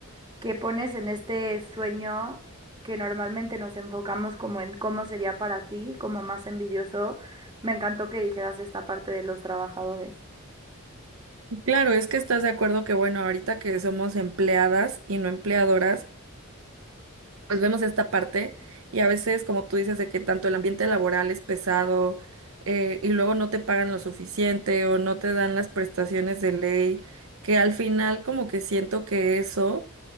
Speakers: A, on the right (about 20°); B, on the right (about 70°).
A: que pones en este sueño que normalmente nos enfocamos como en cómo sería para ti, como más envidioso. Me encantó que dijeras esta parte de los trabajadores.
B: Claro, es que estás de acuerdo que, bueno, ahorita que somos empleadas y no empleadoras, pues vemos esta parte y a veces, como tú dices, de que tanto el ambiente laboral es pesado eh, y luego no te pagan lo suficiente o no te dan las prestaciones de ley, que al final como que siento que eso